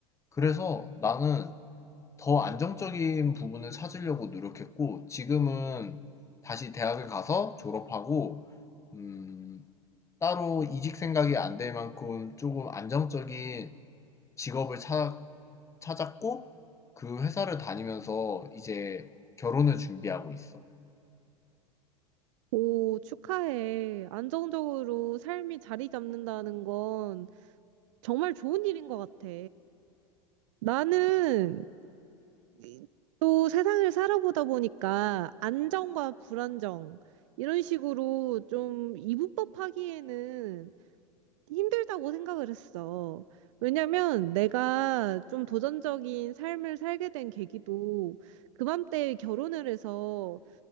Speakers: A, on the left (about 15°); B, on the right (about 65°).
A: 그래서 나는 더 안정적인 부분을 찾으려고 노력했고, 지금은 다시 대학을 가서 졸업하고, 음, 따로 이직 생각이 안 될 만큼 조금 안정적인 직업을 찾- 찾았고, 그 회사를 다니면서 이제 결혼을 준비하고 있어.
B: 오, 축하해. 안정적으로 삶이 자리 잡는다는 건 정말 좋은 일인 것 같아. 나는 이- 또 세상을 살아보다 보니까 안정과 불안정, 이런 식으로 좀 이분법하기에는 힘들다고 생각을 했어. 왜냐면 내가 좀 도전적인 삶을 살게 된 계기도 그맘때 결혼을 해서